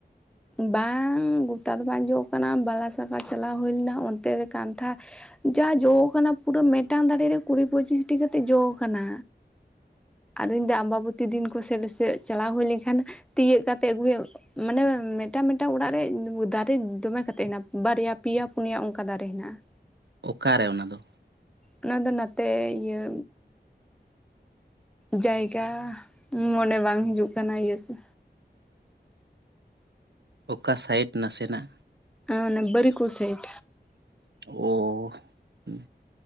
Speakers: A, in the centre; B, on the right (about 75°).
A: ᱵᱟᱝ ᱜᱚᱴᱟ ᱫᱚ ᱵᱟᱝ ᱡᱚ ᱟᱠᱟᱱᱟ ᱵᱟᱞᱟ ᱥᱟᱠᱟ ᱪᱟᱞᱟᱣ ᱦᱩᱭ ᱞᱮᱱᱟ ᱚᱱᱛᱮ ᱨᱮ ᱠᱟᱱᱴᱷᱟᱲ ᱡᱟ ᱡᱚ ᱟᱠᱟᱱᱟ ᱯᱩᱨᱟᱹ ᱢᱤᱫᱴᱟᱝ ᱫᱟᱨᱮ ᱨᱮ ᱠᱩᱲᱤ ᱯᱚᱸᱪᱤᱥᱴᱤ ᱠᱟᱛᱮᱫ ᱡᱚ ᱟᱠᱟᱱᱟ᱾ ᱟᱫᱚᱧ ᱞᱟᱹᱭ ᱮᱫᱟ ᱟᱢᱵᱟᱵᱚᱛᱤ ᱫᱤᱱ ᱠᱚ ᱥᱮᱫ ᱥᱮᱫ ᱪᱟᱞᱟᱣ ᱦᱩᱭ ᱞᱮᱱᱠᱷᱟᱱᱼᱼ ᱛᱤᱭᱳᱜ ᱠᱟᱛᱮ ᱟᱹᱜᱩᱭᱟ ᱢᱟᱱᱮᱼᱼ ᱢᱤᱫᱴᱟᱝ ᱢᱤᱫᱴᱟᱝ ᱚᱲᱟᱜ ᱨᱮ ᱫᱟᱨᱮ ᱫᱚᱢᱮ ᱠᱟᱛᱮ ᱦᱮᱱᱟᱜ-ᱟ, ᱵᱟᱨᱭᱟ ᱯᱮᱭᱟ ᱯᱩᱱᱭᱟ ᱚᱱᱠᱟ ᱫᱟᱨᱮ ᱦᱮᱱᱟᱜ-ᱟ᱾
B: ᱚᱠᱟ ᱨᱮ ᱚᱱᱟ ᱫᱚ‍?
A: ᱚᱱᱟ ᱫᱚ ᱱᱟᱛᱮ ᱤᱭᱟᱹ ᱡᱟᱭᱜᱟ ᱢᱚᱱᱮ ᱵᱟᱝ ᱦᱤᱡᱩᱜ ᱠᱟᱱᱟ ᱤᱭᱟᱹ ᱥᱮ
B: ᱚᱠᱟ ᱥᱟᱭᱤᱰ ᱱᱟᱥᱮᱱᱟᱜ?
A: ᱚ ᱚᱱᱮ ᱵᱟᱹᱨᱤᱠᱩᱞ ᱥᱟᱭᱤᱰ᱾
B: ᱚ ᱦᱩᱸ